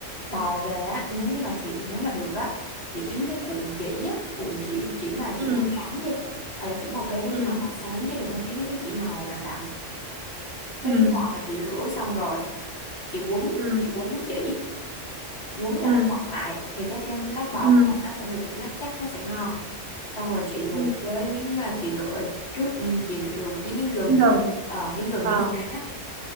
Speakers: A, on the left; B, on the right.
A: bò về á nếu như mà chị nếu mà được á chị kiếm cái cuộn chỉ á cuộn chỉ chỉ mà chỉ
B: ừ
A: màu trắng đi hoặc là chỉ màu be nói
B: ừ
A: chung là màu sáng chứ đừng có kiếm mấy cái chỉ màu đậm đậm
B: ừ
A: cái miếng bò mà chị rửa xong rồi chị quấn
B: ừ
A: chị quấn chỉ quấn
B: ừ
A: cho nó chặt lại thì cái cái lát bò
B: ừ
A: của mình nó sẽ được nó chắc nó sẽ ngon xong rồi chị luộc
B: ừ
A: với miếng ờ, chị rửa trước ừ, chị luộc với miếng gừng
B: gần
A: ờ, miếng gừng
B: ờ
A: miếng sả